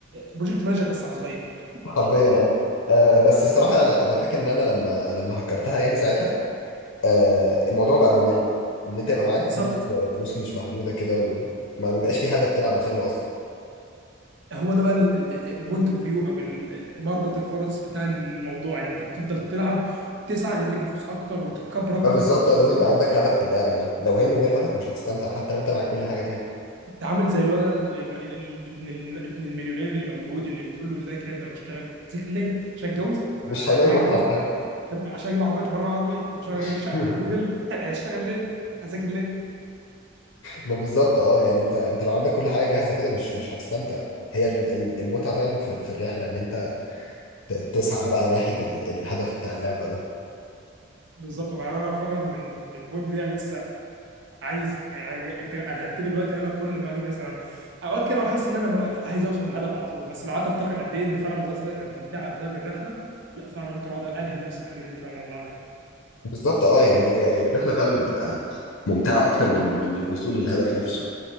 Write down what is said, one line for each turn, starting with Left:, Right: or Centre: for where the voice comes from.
Right: بروجكت مانجر بس على صغير
Left: حرفيا اه آه، بس الصراحة انا انا فاكر ان انا لما لما هكرتها يعني ساعتها آه، الموضوع بقى ممل ان انت يبقى معاك
Right: بالظبط
Left: فلوس آه، فلوس مش محدودة كده وما بيبقاش في هدف تلعب عشانه
Right: هو ده بقى البوينت اوف فيو او ال- مربط الفرس بتاع الموضوع ان انت بتفضل تلعب وتسعى ان انت تجيب فلوس اكتر وتتكبر اكتر
Left: اه بالظبط
Right: فانت انت
Left: اه، لازم يبقى عندك هدف في اللعبه يعني لو هي من غير هدف مش هتستمتع حتى لو انت معاك كل حاجه فيها
Right: عامل زي الولد ال- الم- ال- ابن ال- ابن المليونير اللي مولود اللي بتقول له ذاكر يا ابني واشتغل ذاكر ليه؟ عشان اتجوز؟ ما
Left: مش هيلاقي
Right: ابويا
Left: متعه
Right: هيجوزني
Left: في حاجه
Right: طب عشان اجيب عربيه طب انا معايا عربيه طب عشان اجيب
Left: <laughs>
Right: لي شقه انا عندي فيلا <laughs> هشتغل ليه؟ هذاكر ليه؟
Left: ما بالظبط اه يعني انت انت لو عندك كل حاجه جاهزه كده مش مش هتستمتع هي ال- ال- المتعه فعلا في, في الرحله ان انت ت- تسعى بقى ناحيه ال- الهدف بتاع اللعبه ده
Right: بالظبط والله انا فعلا من من البوينت دي انا لسه عايز يعني ج- انت الهمتني دلوقتي ان انا كل ما اجي مثلا اوقات كده بحس ان انا بقى عايز اوصل للهدف على طول بس لو قعدت افتكر قد ايه ان فعلا مزرعه سعاده كانت ممتعه بسبب الرحله لا فعلا ممكن اقعد الهم نفسي الحاجه دي فعلا والله أنا
Left: بالظبط اه يعني هي هي الرحله فعلا بتبقى ممتعه اكتر من من الوصول للهدف نفسه